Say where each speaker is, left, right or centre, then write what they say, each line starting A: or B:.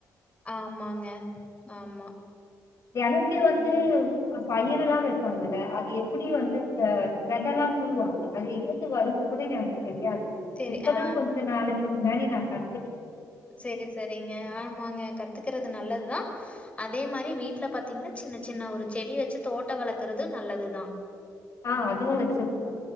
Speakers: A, on the left; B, on the left.
A: ஆமாங்க ஆமா
B: எனக்கு வந்து
A: ம்.
B: பயிறுல்லா வெப்பாங்கல அது எப்டி வந்து இந்த வெதெல்லா தூவாங்க அது எழுந்து வரு கூட எனக்கு தெரியாது
A: சரி.
B: இப்பதா
A: ஆ.
B: கொஞ்ச நாளை முன்னாடி நா கா
A: சரி சரிங்க ஆமாங்க கத்துக்கறது நல்லதுதா அதே மாரி வீட்ல பாத்தீங்கனா சின்ன சின்ன ஒரு செடி வச்சு தோட்டோ வளக்குறது நல்லதுதா
B: ஆ அதுவு வச்சிருக்கோ